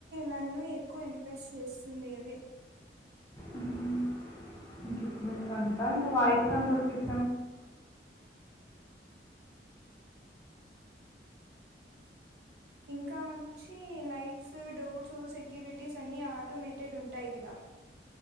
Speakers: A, on the right (about 60°); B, on the left (about 15°).
A: నన్ను ఎక్కువ ఇంప్రెస్ట్ చేస్తుంది అవి
B: ఉ ఇప్పు కా వయిస్ కంట్రోల్ పస్
A: ఇంకా వచ్చి లైట్స్ డోర్స్ సెక్యూరిటీస్ అన్నీ ఆటోమేటెడ్ ఉంటాయి కదా